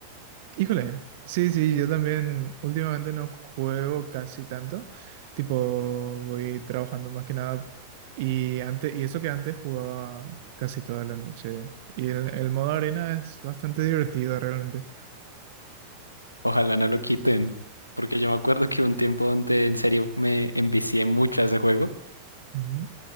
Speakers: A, on the right; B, on the left.
A: Híjole. Sí, sí, yo también últimamente no juego casi tanto. Tipo, voy trabajando más que nada. Y antes, y eso que antes jugaba casi toda la noche. Y el, el modo arena es bastante divertido realmente.
B: Ojalá no lo quiten, porque yo me acuerdo que hubo un tiempo donde en serio me envicié mucho a ese juego,
A: Ujú.